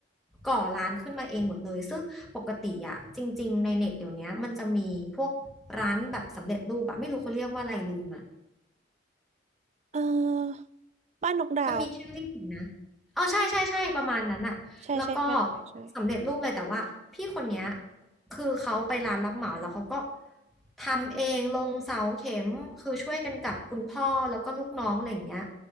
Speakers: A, in the centre; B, on the right (about 40°).
A: ก่อร้านขึ้นมาเองหมดเลยซึ่งปกติอะจริงๆในเน็ตเดี๋ยวนี้มันจะมีพวกร้านแบบสำเร็จรูปอะไม่รู้เขาเรียกว่าอะไรลืมอะ
B: เอ่อบ้านนกดาว
A: มันมีชื่อเรียกอิ่นนะเอาใช่ใช่ใช่ประมาณนั้นอะแล้วก็
B: ใช่ใช่ใช่ใช่ใช่
A: สำเร็จรูปเลยแต่ว่าพี่คนเนี้ยคือเขาไปร้านรับเหมาแล้วเขาก็ทำเองลงเสาเข็มคือช่วยกันกับคุณพ่อแล้วก็ลูกน้องอะไรอย่างเงี้ย